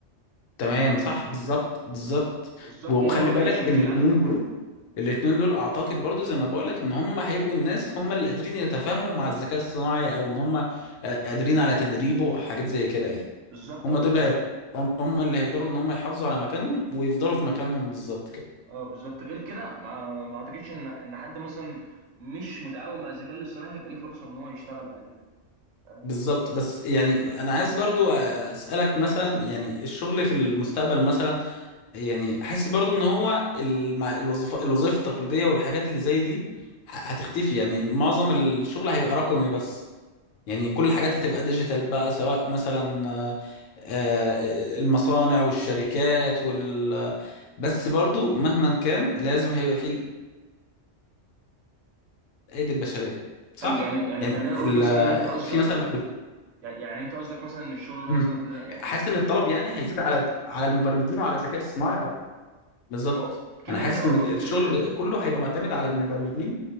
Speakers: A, on the left; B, on the right.
A: تمام
B: فاهم
A: صح بالظبط بالظبط
B: بالظبط
A: و- وخلي
B: ان انا ما
A: بالك
B: بقتش محتاج
A: الاثنين
B: العدد ده كله
A: دول الاثنين دول اعتقد برضو زي ما بقول لك ان هم هيبقوا الناس هم اللي قادرين يتفاهموا مع الذكاء الصناعي او ان هم آه، قادرين على تدريبه او حاجات زي كده يعني
B: بالظبط
A: هم
B: اه
A: دول
B: بالظبط
A: هي... هم هم اللي هيقدروا ان هم يحافظوا على مكانهم ويفضلوا في مكانهم بالظبط كده
B: اه بالظبط غير كده ما ما اعتقدش ان ان حد مثلا مش متعاون مع الذكاء الاصطناعي هيبقى ليه فرصه ان هو يشتغل بعد كده فاهم
A: بالظبط بس يعني انا عايز برضو اسالك مثلا يعني الشغل في المستقبل مثلا يعني حاسس برضو ان هو المع- الوظيفه الوظائف التقليديه والحاجات اللي زي دي ه- هتختفي يعني معظم الشغل هيبقى رقمي بس يعني كل الحاجات هتبقى ديجيتال بقى سواء مثلا آه، آه، المصانع والشركات وال بس برضو مهما كان لازم هيبقى فيه الايدي البشريه صح
B: خل- يعني يعني
A: يعني
B: خلينا نقول
A: ال...
B: مثلا إن انت قصدك
A: في مثلا محل...
B: يعني انت قصدك مثلا ان الشغل اللي
A: مم.
B: هو مثلا خلينا يعني
A: حاسس ان الطلب يعني هيزيد على على المبرمجين وعلى الذكاء الصناعي بالظبط
B: ما هو- كده
A: انا حاسس
B: كده اه
A: ان الشغل
B: كده كده
A: ب- كله هيبقى معتمد على المبرمجين